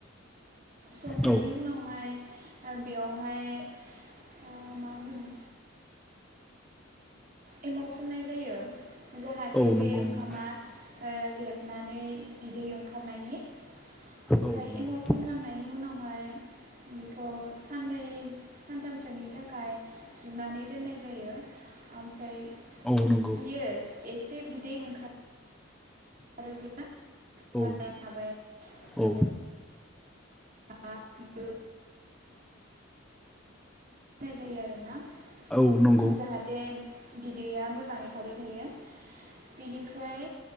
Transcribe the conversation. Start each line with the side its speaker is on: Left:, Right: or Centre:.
Right: संनायनि
Centre: औ
Right: उनावहाय ओ बेयावहाय ओ मा होनो एमाव फुननाय जायो जाहाथे
Centre: औ
Right: बे
Centre: नंगौ
Right: ओंखामा
Centre: नंगौ
Right: ओ रेबनानै बिदै ओंखारनायनि ओमफ्राय
Centre: औ नंगौ
Right: एमाव फुनखांनायनि उनाव बेखौ साननै सानथामसोनि थाखाय जुनानै दोननाय जायो। ओमफ्राय
Centre: औ नंगौ
Right: बियो एसे बिदै ओंखार आरो बे
Centre: औ
Right: मा माबायाव
Centre: औ
Right: ओ आ <unintelligible> दोननाय जायो आरोना।
Centre: औ नंगौ
Right: जाहाथे बिदैया मोजाङै थाबाय थायो। बेनिफ्राय